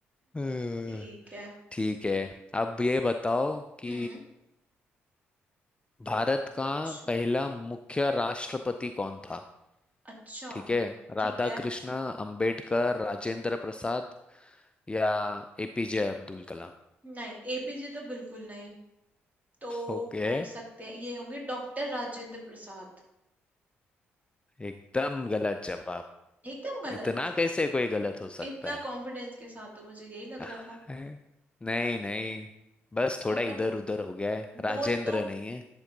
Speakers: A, on the left; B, on the right.
A: हम्म,
B: ठीक है
A: ठीक है अब ये बताओ कि
B: हम्म
A: भारत
B: पूछो
A: का पहला मुख्य राष्ट्रपति कौन था
B: अच्छा
A: ठीक है
B: ठीक
A: राधा
B: है
A: कृष्ण अंबेडकर राजेंद्र प्रसाद या एपीजे Abdul Kalam
B: नहीं एपीजे तो बिल्कुल नहीं तो
A: Okay
B: हो सकते हैं ये होंगे डॉक्टर राजेंद्र प्रसाद
A: एकदम गलत जवाब
B: एकदम गलत
A: इतना कैसे कोई गलत हो सकता
B: इतना कॉन्फिडेंस के साथ तो मुझे यही लग
A: <laughs>
B: रहा था
A: है? नहीं नहीं बस
B: चलो
A: थोड़ा इधर उधर हो गया है राजेंद्र
B: दो तो
A: नहीं है